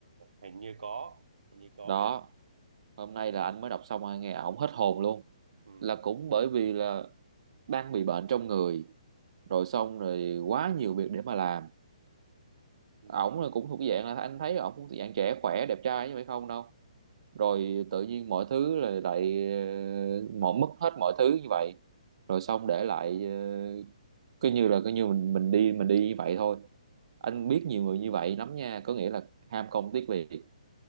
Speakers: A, on the right; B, on the right.
A: hình như có hình như có
B: đó
A: biết
B: hôm nay là anh mới đọc xong anh nghe ổng hết hồn luôn
A: ừ.
B: là cũng bởi vì là đang bị bệnh trong người rồi xong rồi quá nhiều việc để mà làm
A: Ừ.
B: ổng là cũng thuộc dạng là anh thấy ổng cũng thuộc dạng trẻ khỏe đẹp trai như vậy không đâu rồi tự nhiên mọi thứ là lại một mất hết mọi thứ như vậy rồi xong để lại ờ, cứ như là cứ như mình mình đi mình đi như vậy thôi anh
A: Ừ.
B: biết nhiều người như vậy lắm nha có nghĩa là ham công tiếc việc